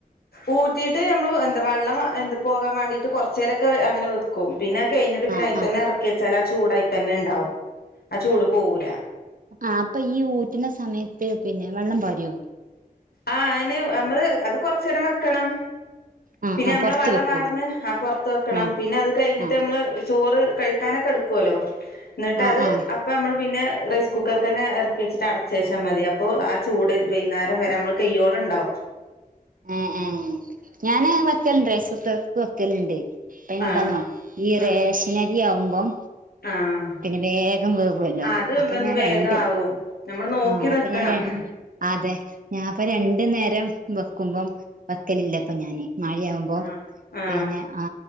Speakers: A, on the left; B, on the right.
A: ഊറ്റീട്ട് നമ്മൾ എന്താ വെള്ളം എന്ത പോകാൻ മാണ്ടീട്ട് കൊറച്ചേരൊക്കെ അങ്ങനെ വെ ക്കും. പിന്നെ അത് കഴിഞ്ഞിട്ട് പിന്നെ
B: ആ
A: അയിത്തന്നെ
B: ആ
A: എറക്കി വെച്ചാ ആ ചൂടയിത്തന്നെ ഇണ്ടാവും. ആ ചൂട് പോവൂല.
B: ആഹ് അപ്പം ഈ ഊറ്റ്ണ സമയത്ത് പിന്നെ വെള്ളം പാര്യൊ.
A: ആഹ് അയിന് നമ്മള് അത് കൊറച്ചേരം വെക്കണം.
B: ആ
A: പിന്നെ
B: ആ
A: ഞമ്മള്
B: പൊറത്ത്
A: വെള്ളം
B: വെക്കും
A: പാർന്ന് ആ പൊറത്ത് വെക്കണം.
B: ആ
A: പിന്നെ അത് കഴിഞ്ഞിട്ട്
B: ആ
A: നമ്മള് ചോറ് കഴി ക്കാനൊക്കെ എടുക്കോലൊ. ഇന്നട്ട്
B: ആ
A: അത്
B: ആ ആ
A: അ അപ്പം ഞമ്മള് പിന്നെ റൈസ് കുക്കർക്കെന്നെ എറക്കി വെച്ചിട്ട് അടച്ച് വെച്ചാ മതി. അപ്പം ആ ചൂട് വെയ്ന്നാ അത് കയ്യോളണ്ടാവും.
B: ഉം ഉം ഞാന് വെക്കല്ണ്ട് റൈസ് കുക്കർക്ക് വെക്കല്ണ്ട്. ഇപ്പം അയ്ന്
A: ആഹ്
B: എന്താന്നോ ഈ
A: ഉം
B: റേഷ നരി ആവുമ്പം.
A: ആഹ്
B: പിന്നെ വേഗം വേവൊല്ലോ.
A: അത്
B: അപ്പം
A: ഒന്ന്
B: ഞാൻ
A: വേഗം
B: രണ്ട്
A: ആവും നമ്മള് നോക്കി
B: ആഹ് അപ്പം
A: നിക്കണം
B: ഞാൻ ര അതെ. ഞാൻ ഇപ്പം രണ്ട് നേരം വെക്കുമ്പം വെക്കലില്ലപ്പം ഞാന്. മഴയാവുമ്പം
A: ആഹ് ആഹ്
B: പിന്നെ ആ